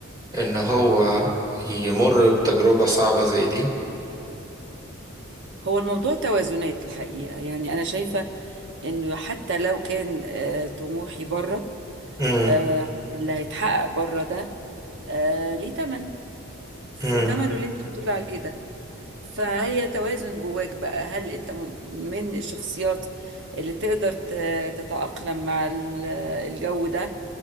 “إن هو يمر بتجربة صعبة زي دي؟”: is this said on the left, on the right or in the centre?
Right